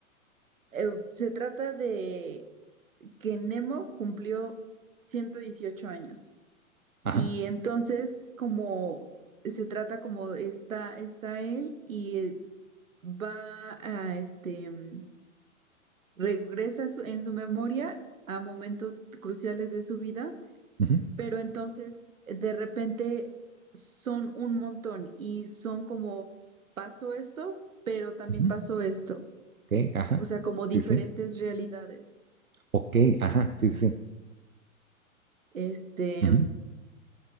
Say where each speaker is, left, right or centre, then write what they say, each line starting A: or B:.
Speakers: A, on the right; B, on the right.
A: eh, se trata de que Nemo cumplió 118 años
B: Ajá.
A: y entonces como se trata como está, está él y eh, va a, este, mm, regresa su- en su memoria a momentos cruciales de su vida
B: ujú,
A: pero entonces eh, de repente son un montón y son como pasó esto, pero también
B: ujú,
A: pasó esto,
B: Ok, ajá.
A: o sea, como
B: Sí,
A: diferentes
B: sí.
A: realidades.
B: Ok, ajá. Sí, sí, sí.
A: Este,
B: ujú,